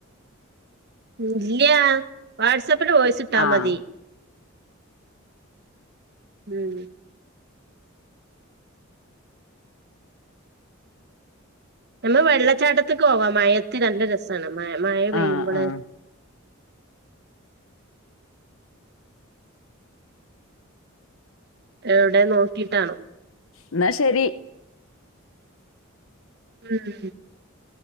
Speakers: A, on the right; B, on the left.
A: ഇല്ല്യ വാട്സ് അപ്പ്‌ പ്പഴും വോയ്‌സിട്ടാ
B: ആഹ്
A: മതി ഉം ഉം എന്നാ വെള്ളച്ചാട്ടത്തേക്കു പോവാ മഴയത്ത് നല്ല രസാണ്. മയ മയ പെയ്യുമ്പള്
B: ആഹ് ആഹ്
A: എവിടെ നോക്കിട്ടാണോ
B: ഇന്നാ ശരി.
A: ഉം